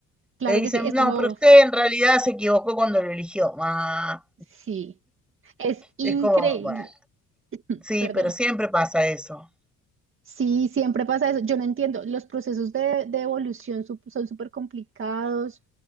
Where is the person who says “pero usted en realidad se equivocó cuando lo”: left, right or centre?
Centre